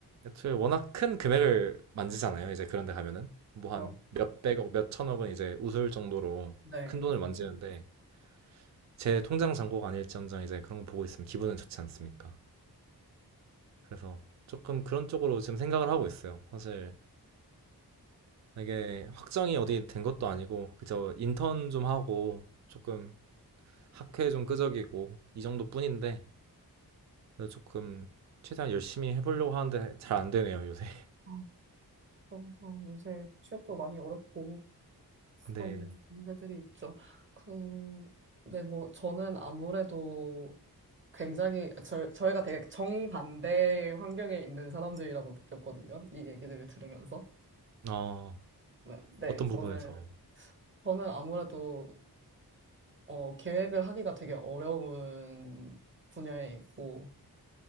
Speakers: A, on the right; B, on the right.
A: 애초에 워낙 큰 금액을 만지잖아요. 이제 그런 데 가면은 뭐
B: 그쵸.
A: 한 몇백억, 몇천억은 이제 웃을 정도로
B: 네.
A: 큰 돈을 만지는데 제 통장 잔고가 아닐지언정 이제 그런 거 보고 있으면 기분은 좋지 않습니까? 그래서 조금 그런 쪽으로 지금 생각을 하고 있어요. 사실 이게 확정이 어디 된 것도 아니고 그저 인턴 좀 하고 조금 학회 좀 끄적이고 이 정도뿐인데 그래서 조금 최대한 열심히 해보려고 하는데 잘 안 되네요, 요새.
B: 아, 그럼, 어, 요새 취업도 많이 어렵고
A: <laughs>
B: 그런
A: 네.
B: 문제들이 있죠. 그, 네, 뭐, 저는 아무래도 굉장히 저, 저희가 되게 정반대의 환경에 있는 사람들이라고 느꼈거든요. 이 얘기들을 들으면서.
A: 어,
B: 네, 네,
A: 어떤
B: 저는
A: 부분에서?
B: 저는 아무래도 어, 계획을 하기가 되게 어려운 분야에 있고